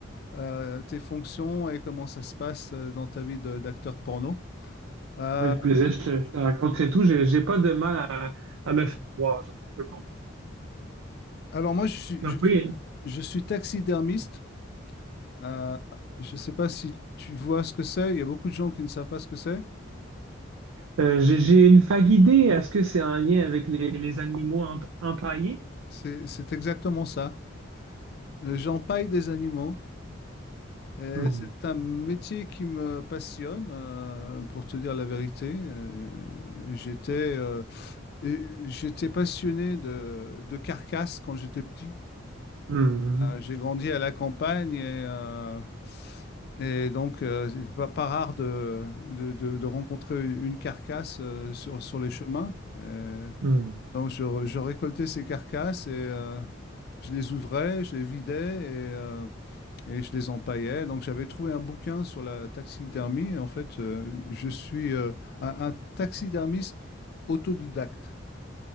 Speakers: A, on the left (about 50°); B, on the right (about 85°).
A: euh, tes fonctions et comment ça se passe euh, dans ta vie de- d'acteur porno. Euh,
B: Avec plaisir, je te, je te raconterai tout. J'ai, j'ai pas de mal à, à me faire voir, je peux comprendre.
A: alors, moi, je suis,
B: Donc
A: je
B: oui,
A: suis, je suis taxidermiste. Euh, je ne sais pas si tu vois ce que c'est. Il y a beaucoup de gens qui ne savent pas ce que c'est.
B: euh, j'ai, j'ai une vague idée. Est-ce que c'est en lien avec les, les animaux emp- empaillés?
A: C'est, c'est exactement ça. Euh, J'empaille des animaux. et
B: Hmm.
A: C'est un métier qui me passionne, euh, pour te dire la vérité. Euh, j'étais. euh, Et j'étais passionné de, de carcasses quand j'étais petit.
B: Hmm.
A: Euh, j'ai grandi à la campagne et, euh, et donc euh, c'est pas, pas rare de, de, de- de rencontrer une une carcasse euh, sur, sur les chemins. Euh,
B: Hmm.
A: donc je, re- je récoltais ces carcasses et euh, je les ouvrais, je les vidais et, euh, et je les empaillais. Donc j'avais trouvé un bouquin sur la taxidermie. En fait, euh, je suis euh, un un taxidermiste autodidacte.